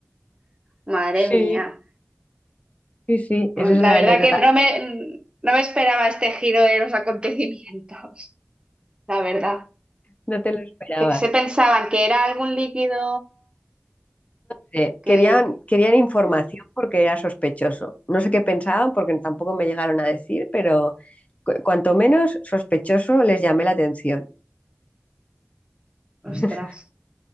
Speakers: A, on the right; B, on the left.
A: madre
B: Sí,
A: mía.
B: sí, sí, esa
A: La
B: es la
A: verdad
B: anécdota.
A: que no me, no me esperaba este giro de los acontecimientos. <laughs> La verdad.
B: No te lo esperabas.
A: Que se pensaban que era algún líquido
B: Sí,
A: que,
B: Querían,
A: que-
B: querían información porque era sospechoso. No sé qué pensaban porque tampoco me llegaron a decir, pero cu- cuanto menos sospechoso les llamé la atención. <laughs>
A: Ostras.